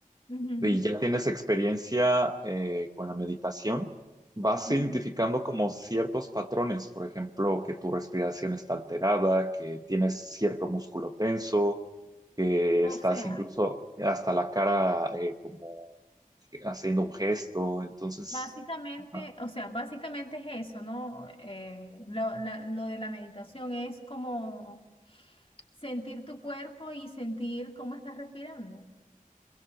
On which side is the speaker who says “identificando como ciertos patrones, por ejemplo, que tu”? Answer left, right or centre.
Right